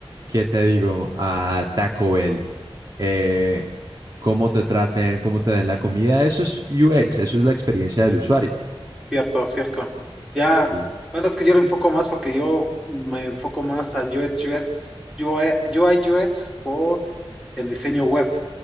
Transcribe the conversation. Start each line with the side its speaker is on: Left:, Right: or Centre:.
Right: ¿qué te digo? A Taco Bell, eh, cómo te traten, cómo te den la comida, eso es UX, eso es la experiencia del usuario.
Centre: Cierto, cierto. Ya,
Right: Y,
Centre: bueno, es que yo lo enfoco más porque yo me enfoco más en UX, UX, UI, UX por en diseño web.